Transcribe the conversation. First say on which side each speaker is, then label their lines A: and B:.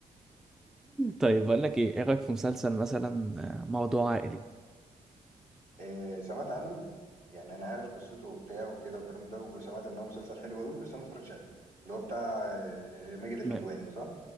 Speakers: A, in the centre; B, on the right.
A: طيب بقول لك ايه ايه رايك في مسلسل مثلا آه، موضوع عائلي
B: إيه سمعت عنه يعني انا عارف قصته وبتاع وكده والكلام ده وسمعت ان هو مسلسل حلو قوي بس انا ما اتفرجتش عليه اللي هو بتاع آه، ماجد الكدواني
A: م-
B: صح